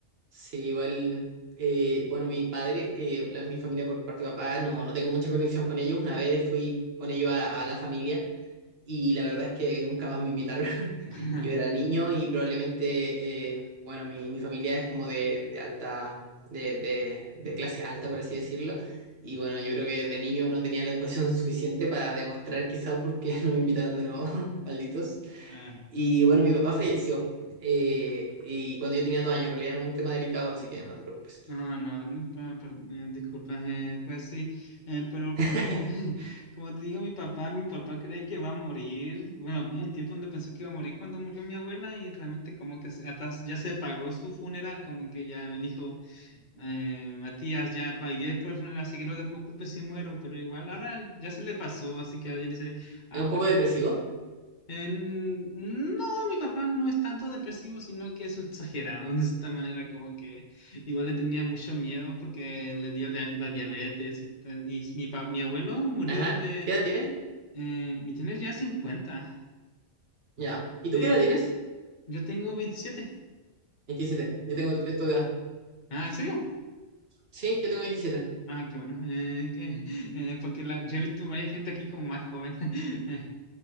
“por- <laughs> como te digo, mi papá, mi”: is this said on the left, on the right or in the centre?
Left